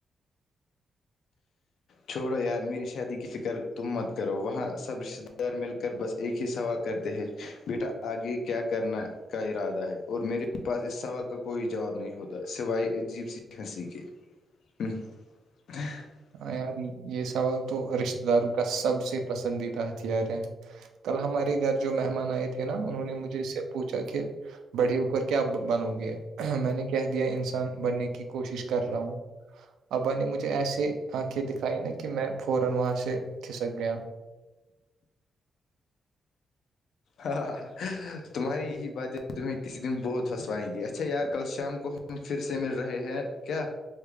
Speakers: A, on the right; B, on the left.
A: <inaudible>
B: چھوڑو یار میری شادی کی فکر تم مت کرو وہاں سب رشتتے دار مل کر بس ایک ہی سوال کرتے ہیں بیٹا آگے کیا کرنا کا ارادہ ہے اور میرے پاس اس سوال کا کوئی جواب نہیں ہوتا سوائے عجیب سی ہنسی کے ہمم <inaudible>
A: ہا یار یہ سوال تو رشتتے داروں کا سب سے پسندیدہ ہتھیار ہے کل ہمارے گھر جو مہمان آئے تھے نا انہوں نے مجھے اس سے پوچھا کہ بڑے ہوکر کیا بنوگے میں نے کہہ دیا انسان بننے کی کوشش کر رہا ہوں ابا نے مجھے ایسے انکھیں دکھائی نا کہ میں فورا وہاں سے کھسک گیا
B: ہاں ہ تمہاری یہی بات ہے تمہیں کسی دن بہت پھنسوائیں گی اچھا یار کل شام کو پھر سے مل رہے ہیں کیا